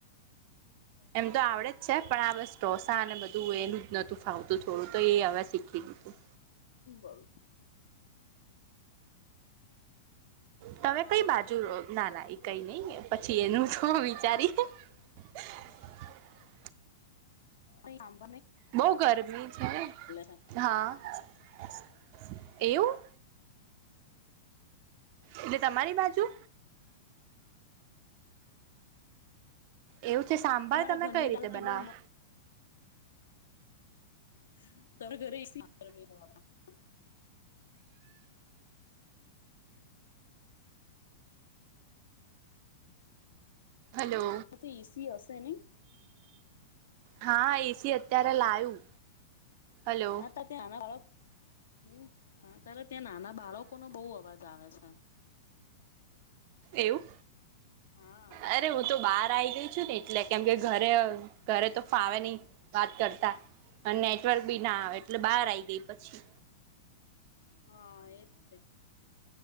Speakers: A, on the right; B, on the left.
A: એમ તો આવડે જ છે પણ આ બસ ઢોસા અને બધું એનું જ નતું ફાવતું થોડું તો એ હવે શીખી દીધું.
B: બોલ
A: તમે કઈ બાજુ ના ના એ કઈ નહીિ પછી એનું જો વિચારી <unintelligible>
B: પ <inaudible>
A: બહ ઘણા છે.
B: છે
A: હા <unintelligible> એવું? એટલે તમારી બાજુ. <inaudible> એવું છે સાંભાર
B: તમારા
A: તમે
B: ઘરની
A: કઈ રીતે
B: દાલબાટી
A: બનાવ?
B: બહુ <unintelligible> તો વગરે કર <inaudible>
A: હલો
B: હ એ તો ઇસી હશે નને?
A: હા એ સી અત્યારે લાયું હલો
B: હાટ ધ્યાન વાળા <inaudible> હમ હા પલા <inaudible> ત્યાં નાના બાળકો નો બહુ અવાજ આવે છે.
A: એવું?
B: હા
A: અરે હું તો બાર ગય છ ને એટલે કેમ કે ઘરે ઘરે તો ફાવે નહ વાત કરતા અને વર્ક બી ના આવે એટલે બહાર આઈ ગઈ પછી.
B: હા એજ તે